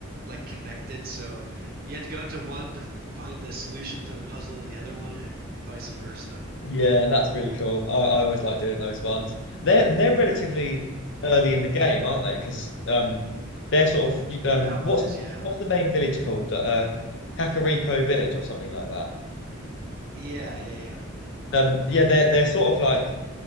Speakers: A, on the right; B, on the left.
A: like connected. So you had to go into one to find the solution to the puzzle in the other one, and vice versa.
B: yeah, that's really cool. I, I always like doing those ones. They're and they're relatively early in the game, aren't they? Because um, they're sort of y- um,
A: That
B: what's
A: one is
B: the
A: yeah,
B: what's the main village called? Uh, Kakariko Village or something like that.
A: yeah, yeah, yeah.
B: Um, yeah, they're they're sort of like